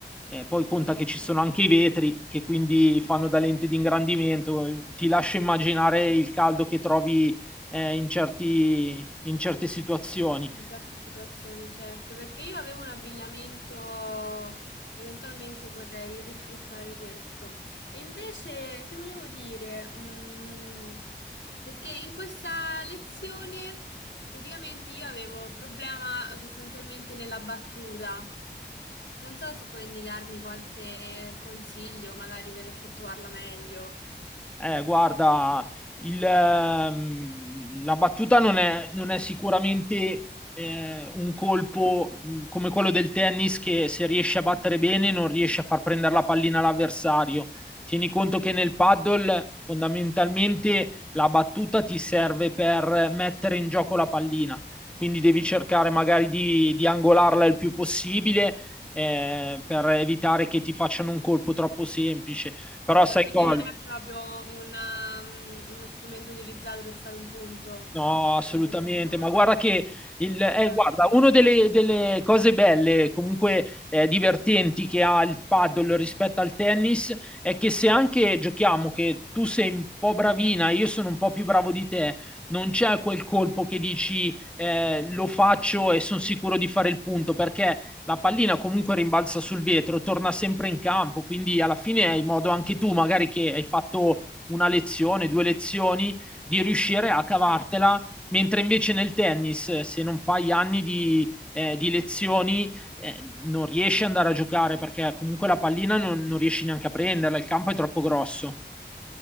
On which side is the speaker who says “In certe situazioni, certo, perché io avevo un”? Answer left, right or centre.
Left